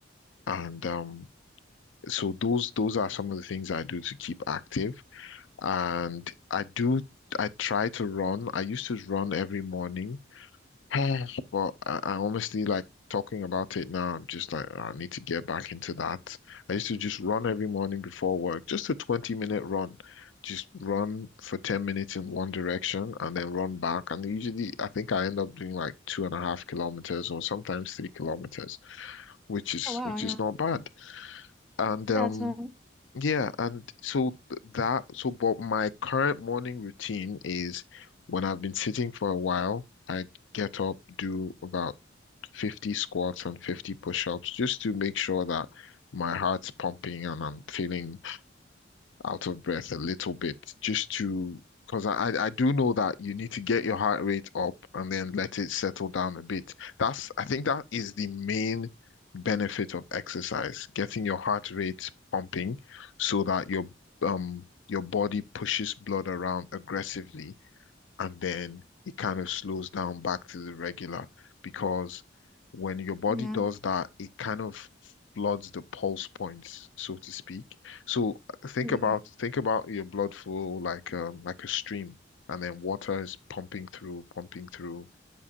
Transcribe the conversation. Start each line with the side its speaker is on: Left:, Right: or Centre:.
Left: And um, so those those are some of the things I do to keep active. And I do I try to run. I used to run every morning Oh, But I, I honestly like talking about it now. I'm just like, "Oh, I need to get back into that. I used to just run every morning before work, just a 20 minute run. Just run for 10 minutes in one direction and then run back. And usually, I think I end up doing like two and a half kilometers or sometimes three kilometers, which is
Centre: Oh wow,
Left: which
Centre: yeah.
Left: is not bad. And um,
Centre: Yeah, so
Left: yeah, and so th- that so, but my current morning routine is when I've been sitting for a while, I get up, do about 50 squats and 50 push-ups just to make sure that my heart's pumping and I'm feeling out of breath a little bit just to because I, I I do know that you need to get your heart rate up and then let it settle down a bit. That's I think that is the main benefit of exercise, getting your heart rate pumping so that your um your body pushes blood around aggressively and then it kind of slows down back to the regular because when your body
Centre: yeah.
Left: does that, it kind of floods the pulse points, so to speak. So uh, think
Centre: Hmm.
Left: about think about your blood flow like um like a stream, and then water is pumping through, pumping through,